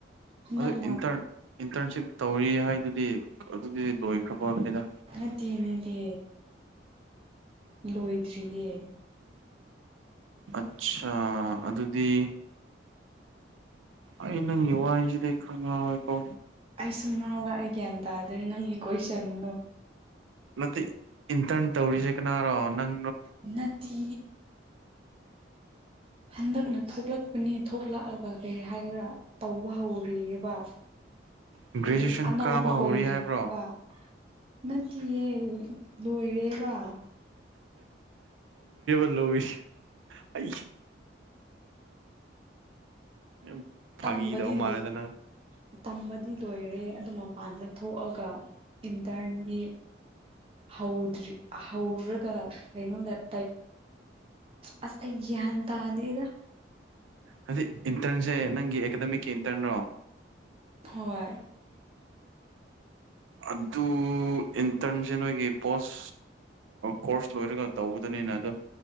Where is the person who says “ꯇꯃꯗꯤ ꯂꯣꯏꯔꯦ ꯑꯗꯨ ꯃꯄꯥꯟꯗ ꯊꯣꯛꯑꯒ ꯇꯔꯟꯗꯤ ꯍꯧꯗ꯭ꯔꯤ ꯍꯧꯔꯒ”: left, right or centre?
Right